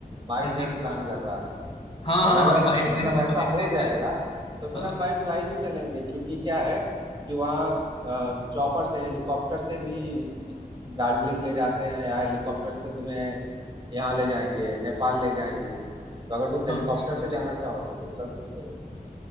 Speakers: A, on the right; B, on the left.
A: बाई
B: हाँ
A: ट्रेन
B: जी
A: प्लान कर रहा था
B: हाँ
A: और
B: हाँ
A: अगर
B: हाँ by train
A: मतलब ऐसा
B: by train
A: हो जाएगा
B: best है
A: तो फिर
B: हाँ
A: हम भाई फ्लाई भी चलेंगे क्योंकि क्या है कि वहाँ चॉपर से हेलीकॉप्टर से भी दार्जिलिंग ले जाते हैं या हेलीकॉप्टर से तुम्हें यहाँ ले जाएंगे नेपाल ले जाएंगे तो अगर तुम हेलीकॉप्टर
B: हाँ हाँ, एकदम
A: से जाना
B: लेके जाएंगे
A: चाहो तो फिर चल सकते हो